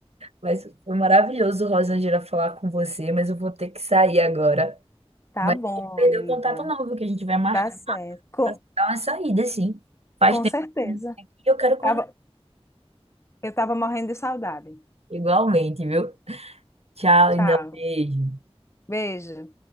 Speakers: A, on the right; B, on the left.
A: Mas foi maravilhoso, Rosângela, falar com você, mas eu vou ter que sair agora.
B: Tá
A: Mas
B: bom,
A: não perdeu
B: amiga,
A: o contato não, viu? Que a gente vai marcar
B: tá certo, com,
A: para dar uma saída, sim. Faz
B: com
A: tempo
B: certeza.
A: que eu não venho aqui e eu quero conhecer
B: Tava, eu tava morrendo de saudade.
A: igualmente, viu? Tchau,
B: Tchau,
A: lindão. Beijo.
B: beijo.